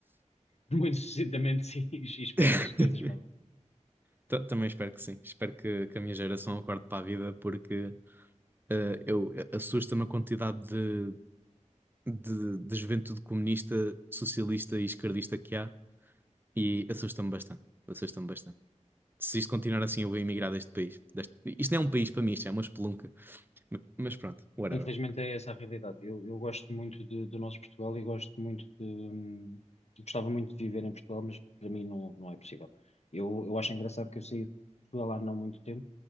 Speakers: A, on the left; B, on the right.
A: <laughs> Muito sucintamente, sim, <laughs> e espero
B: <laughs>
A: que as coisas mudem.
B: Ta- Também espero que sim. Espero que, que a minha geração acorde para a vida, porque eh, eu eh, assusta-me a quantidade de, de, de juventude comunista, socialista e esquerdista que há, e assusta-me bastante. Assusta-me bastante. Se isto continuar assim, eu vou emigrar deste país. Deste- Isto não é um país para mim, isto é uma espelunca. Ma- Mas pronto, whatever.
A: Infelizmente é essa a realidade. Eu, eu gosto muito de- do nosso Portugal e gosto muito de. hum, Gostava muito de viver em Portugal, mas para mim não, não é possível. Eu, eu acho engraçado que eu saí de Portugal há não muito tempo